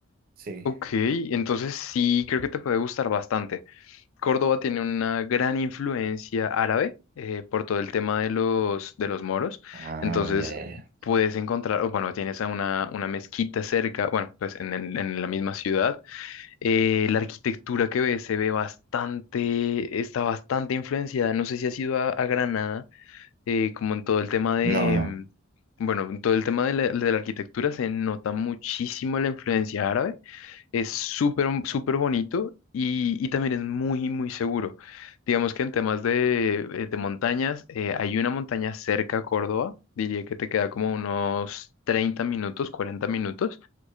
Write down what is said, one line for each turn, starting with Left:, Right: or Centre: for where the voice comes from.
Right: sí.
Left: Ok, entonces sí, creo que te puede gustar bastante. Córdoba tiene una gran influencia árabe eh, por todo el tema de los, de los moros.
Right: Ah,
Left: Entonces
Right: ya, ya, ya.
Left: puedes encontrar, o bueno, tienes a una, una mezquita cerca, bueno, pues en, el- en la misma ciudad. Eh, la arquitectura que ves se ve bastante, está bastante influenciada. No sé si has ido a, a Granada, eh, como en todo el tema de,
Right: No, no.
Left: mm, bueno, en todo el tema de la de la arquitectura se nota muchísimo la influencia árabe es súper, súper bonito y, y también es muy, muy seguro. Digamos que en temas de, eh, de montañas, eh, hay una montaña cerca a Córdoba, diría que te queda como unos 30 minutos, 40 minutos,